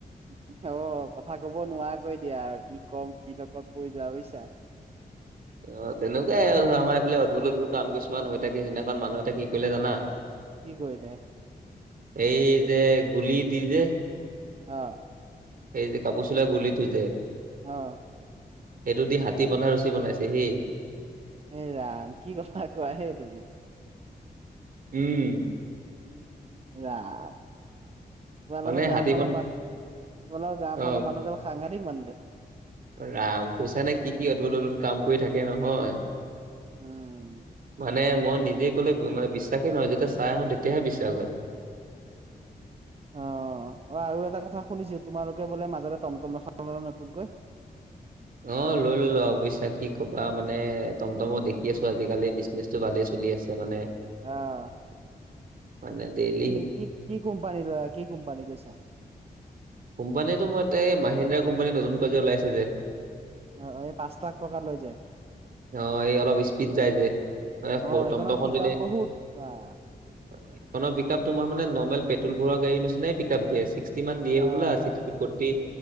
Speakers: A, on the right; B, on the right.
A: কু কু অ অ অ অ কথা কব নোৱাৰাকৈ দিয়া কি ক'ম কি লগকত কৈ যোৱা বুজিছা। <unintelligible>
B: অ অ তেনেকুৱাই আৰু ধৰা আমাৰ এইফালে অদ্ভুত অদ্ভুত কাম কিছুমান হৈ থাকে সিদিনাখন মানুহ এটা কি কৰিলে জানা।
A: কি কৰিলে
B: এই যে গুলি দি যে
A: অ
B: এই যে কাপোৰ চিলোৱা গুলিতো যে
A: অ
B: সেইটো দি হাতী বন্ধা ৰছী বনাইছে হে
A: এই ৰাম কি কথা কোৱা হে তুমি
B: উম
A: ৰাম তোমালোকৰ
B: মানে
A: গাওঁ
B: হাতী
A: ফালৰ
B: বন
A: পৰা তোমালোকৰ গাওঁ
B: অ',
A: ফালৰ মানুহ গাল সাংঘাতিক মানুহ দেখোন।
B: ৰাম কৈছানে কি কি অদ্ভুত অদ্ভুত কাম কৰি থাকে নহয়।
A: উম
B: মানে মই নিজে কলে মানে বিশ্বাসে নহয় যেতিয়া চাই আহো তেতিয়াহে বিশ্বাস হয়।
A: অ অ আৰু এটা কথা শুনিছো তোমালোকে বোলে মাজতে টমটম এখন‌ ললা নতুনকৈ
B: অ লৈ ললো আও বুইছা কি কবা মানে টমটমৰ দেখি আছো আজিকালি বিজনেচ টো ভালেই চলি আছে মানে
A: অহ
B: মানে দেইলি
A: কি কি কি কোম্পানীৰ লৈ কি কোম্পানী লৈছা।
B: কোম্পানীটো মই তে এই মহিন্দ্ৰা কোম্পানী নতুন কে যে ওলাইছে যে
A: অ অ এই পাঁচ লাখ টকা লয় যে
B: অ এই অলপ স্পীড যায় যে মানে
A: অ সেইখনৰ
B: টমটমত
A: পিক
B: দিলে
A: আপ বহুত বাহ
B: অ সেইখন পিক আপ তোমাৰ মানে নৰ্মেল পেট্ৰল ভৰোৱা গাড়ী ‍নিচিনাই পিক আপ দিয়ে ছিক্সটি মান দিয়ে
A: আহ
B: ওলা ছিক্সটি ফৰ্তি